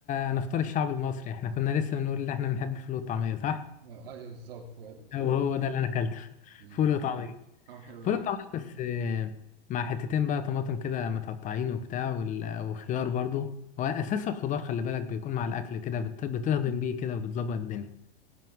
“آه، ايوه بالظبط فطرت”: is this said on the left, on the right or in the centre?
Right